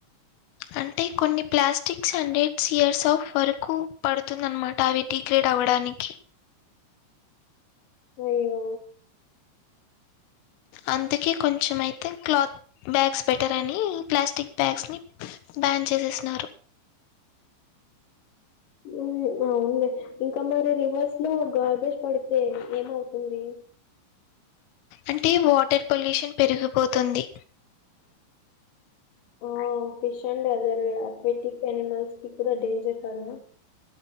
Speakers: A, on the left; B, on the left.
A: అంటే కొన్ని ప్లాస్టిక్స్ అండి సేల్స్ ఆఫ్ వర్క్ పడుతుందన్నమా అవి టి క్రేట్ అవ్వడానికి
B: అయ్యో
A: అందుకే కొంచెం అయితే క్లాత్ బ్యాగ్స్ బెటర్ అని ప్లాస్టిక్ బ్యాగ్స్ ని బ్యాన్ చేసేసినారు
B: ఉహు అవును లే ఇంకా మరి రివర్స్ లో గార్బేజ్ పడితే ఏమవుతుంది
A: అంటే వాటర్ పొల్యూషన్ పెరిగపోతుంది
B: ఆ fish and other aquatic animals కి కూడా డేంజర్ కదా